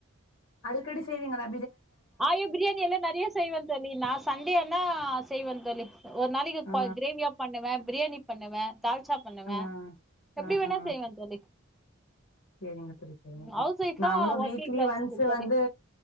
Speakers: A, on the left; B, in the centre.
A: அடிக்கடி செய்விங்களா
B: அய்யோ பிரியாணிலா நெறைய செய்வே தோழி நா சண்டே ஆன செய்வந் தோழி ஒரு நாளைக்கு
A: ஆ
B: ப கிரேவியா பண்ணுவே பிரியாணி பண்ணுவ தால்ச்சா பண்ணுவே
A: ஆ
B: எப்டி
A: ஆ
B: வேணா
A: ஆ
B: செய்வே தோழி
A: சேரிங்க தோழி செரிங்க தோழி
B: ஹவுஸ் ஒய்ஃபா
A: நாங்களு
B: ஒர்க்கிங்கா
A: வீக்லி ஒன்ஸ்
B: தோழி
A: வந்து